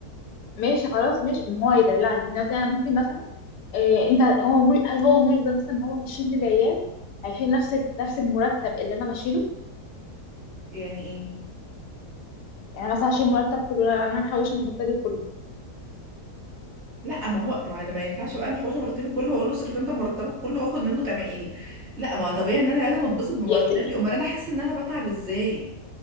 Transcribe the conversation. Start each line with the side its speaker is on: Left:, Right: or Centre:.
Left: ماشي خلاص ماشي ما هو يدلعني دلوقتي انا ممكن مثلا إيه انت هو مل... هل هو ملزم مثلا ان هو يشيل للعيال هيشيل نفس ال- نفس المرتب اللي انا بشيله
Right: يعني ايه
Left: يعني مثلا هشيل مرتب كله لا انا محوشه مرتبي كله
Right: لا ما هو ما انا ما ينفعش ابقى انا محوشه مرتبي كله واقول له اصرف انت مرتبك كله واخد منه كمان يعني لا ما هو طبيعي ان انا لازم اتبسط بمرتبي
Left: يعني
Right: امال انا حاسه ان انا بتعب ازاي